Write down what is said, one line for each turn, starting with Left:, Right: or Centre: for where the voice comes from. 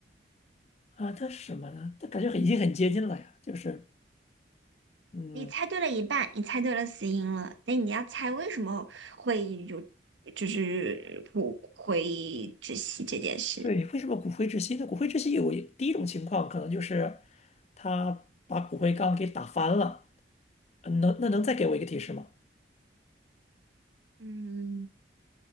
Left: 啊？那是什么呢？他感觉很已经很接近了呀，就是嗯，
Right: 你猜对了一半，你猜对了死因了，那你要猜为什么会有，就是不会窒息这件事。
Left: 对，为什么骨灰之息呢？骨灰之息有一第一种情况，可能就是他把骨灰缸给打翻了。呃能那能再给我一个提示吗？
Right: 嗯，